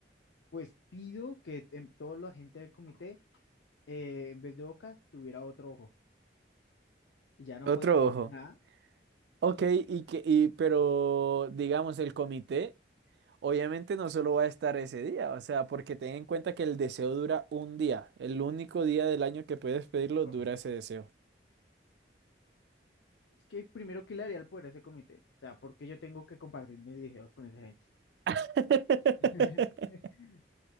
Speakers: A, on the left; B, on the right.
A: Pues pido que en, toda la gente del comité, eh, en vez de boca, tuviera otro ojo. Y ya no
B: Otro
A: podría decir
B: ojo.
A: nada.
B: Ok,
A: Sí.
B: y que, y, pero digamos, el comité obviamente no solo va a estar ese día, o sea, porque ten en cuenta que el deseo dura un día. El único día del año que puedes pedirlo
A: ah,
B: dura ese deseo.
A: Es que primero, que le haría el poder a ese comité? O sea, porque yo tengo que compartir mis videos con esa gente?
B: <laughs>
A: <laughs>